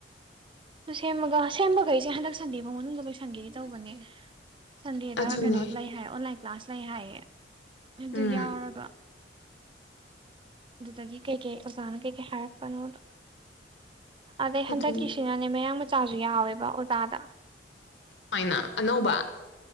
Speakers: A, on the right; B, on the left.
A: ꯑꯗꯨ ꯁꯦꯝꯃꯒ ꯁꯦꯝꯕꯒꯩꯁꯦ ꯍꯟꯗꯛ ꯁꯟꯗꯦ ꯐꯥꯎ ꯃꯅꯨꯡꯗ ꯂꯣꯏꯁꯟꯒꯦꯗꯤ ꯇꯧꯕꯅꯦ ꯁꯟꯗꯦꯗ
B: ꯑꯗꯨꯅꯦ
A: ꯀꯩꯅꯣ ꯂꯩ ꯍꯥꯏ ꯑꯣꯟꯂꯥꯏ ꯀ꯭ꯂꯥꯁ ꯂꯩ ꯍꯥꯏꯌꯦ ꯑꯗꯨ
B: ꯎꯝ
A: ꯌꯥꯎꯔꯒ ꯑꯗꯨꯗꯒꯤ ꯀꯩꯀꯩ ꯑꯣꯖꯥꯅ ꯀꯩꯀꯩ ꯍꯥꯏꯔꯛꯄꯅꯣꯗꯣ ꯑꯗꯩ
B: ꯑꯗꯨꯅꯦ
A: ꯍꯟꯗꯛꯀꯤꯁꯤꯅꯅꯦ ꯃꯌꯥꯡꯃ ꯆꯥꯖꯨ ꯌꯧꯌꯦꯕ ꯑꯣꯖꯥꯗꯥ
B: ꯃꯥꯏꯅ ꯑꯅꯧꯕ